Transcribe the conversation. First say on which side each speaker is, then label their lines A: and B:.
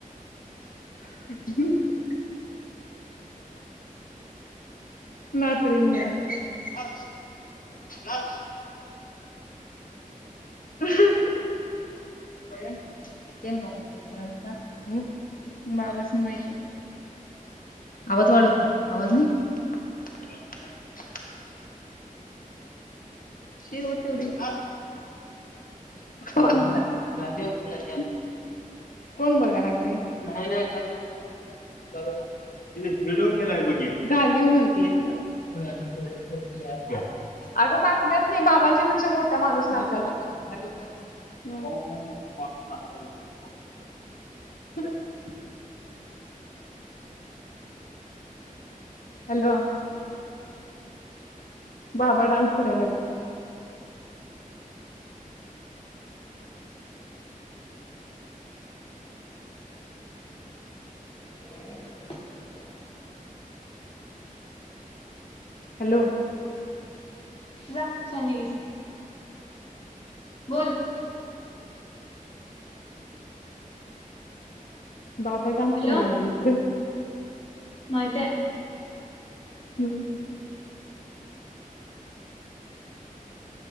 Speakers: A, on the left; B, on the left.
A: ह्ममम. <unintelligible> नाच रे मोरा वर नाच नाच. बघु ते कवा उद्योग करालतासा होय बाबाचसनी माहित आवाज वाढव की आवाज नाही. <inaudible>
B: ह. <inaudible>
A: शेवट ची उडी नाच. गज ख <inaudible> कोण बघाय लागले, नाही-नाही बघायला ला तीन एक व्हिडीओ केलाय बग हे, घालिव म्हणत्या खुळया सारख कोण तरी याय अगं बातम्यासी बाबां च्या पेक्षा मोठा माणूस नाचायलागलानय नको घालीव बंद कर चल ह पाउस आल म्हण माणून नाचायलय पावसाचे ह हॅलो बाबा डांन्स कराय लागेलीत
B: <inaudible>
A: हॅलो.
B: जा शहाणी हाईस. बोल.
A: बाबा डान्स
B: हॅलो
A: करालायला लागलेलीत गं
B: माहिती हाय
A: हम्म.